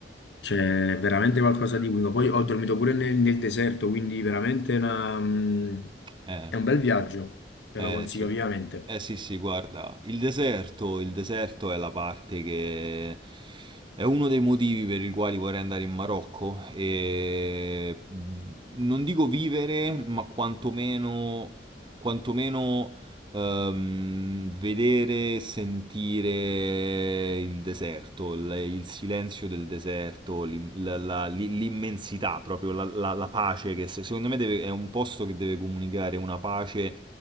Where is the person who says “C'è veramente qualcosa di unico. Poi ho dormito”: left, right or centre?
Left